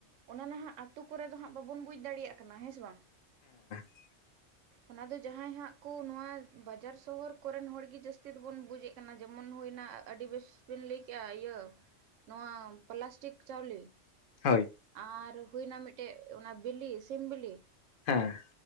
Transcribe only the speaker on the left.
<inaudible>
ᱦᱳᱭ
ᱦᱮᱸ